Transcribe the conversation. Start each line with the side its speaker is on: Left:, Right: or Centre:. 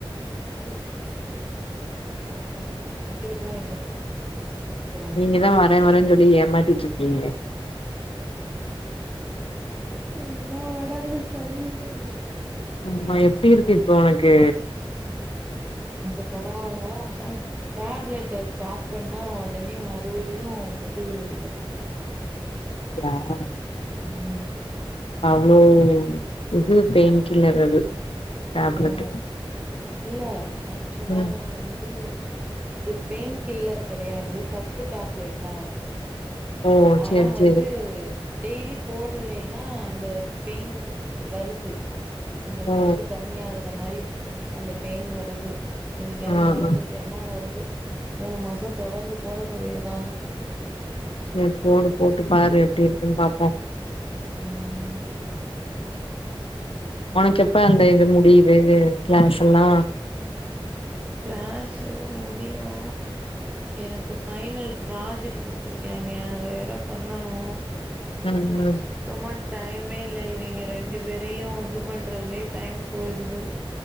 Right: ஓ. பரவால்ல எங்க <unintelligible> லா பார்டில்ல <unintelligible>
Left: நீங்க தா வரே வரேன்னு சொல்லி ஏமாத்திட்டு இருக்கீங்க.
Right: எனக்கு தா உடம்பு சரியில்லையே.
Left: ஆமா எப்டி இருக்கு இப்போ உனக்கு.
Right: கொஞ்ச பரவாயில்ல. ஆஹ டேப்லெட். ஸ்டாப் பண்ணா உடனே மறுபடியு முதுகு வலி வர்
Left: ஆஹ்.
Right: உம்.
Left: அவ்ளோ இது பெயின் கில்லர் அது. டேப்லெட்
Right: அதா இல்ல ஆக்சுவலா
Left: ம்
Right: வந்து இது பெயின் க் கில்லர் கிடையாது சத்து டேப்லெட் தான்.
Left: ஓ
Right: ஆனா
Left: சேரி சேரி
Right: வந்து டெய்லி போடலன்னா அந்த பெயின் வருது ப்ச் அந்த
Left: ஓ
Right: சத் கம்மிய ஆகுற மாரி அந்த பெயின் வருது என்னைக்காவது
Left: ஆ
Right: மறந்துட்டேன்னா
Left: ஆ
Right: வருது மூணு மாசம் தொடர்ந்து போட சொல்லி இருக்காங்க
Left: சேரி போடு போட்டு பாரு எப்டி இருக்குன்னு பாப்போ
Right: ம் சேர் பாக்லா
Left: உனக்கு எப்ப அந்த முடியுது கிளாஸ் எல்லா
Right: கிளாஸு முடியு எனக்கு ஃபைனல் ப்ராஜெக்ட் குடுத்திருக்காய்ங்க அத வேற பண்ணணு
Left: ம்
Right: சுத்தமா டைமே இல்ல இவிங்க ரெண்டு பேரையு இது பண்றதுலயே டைம் போயிருது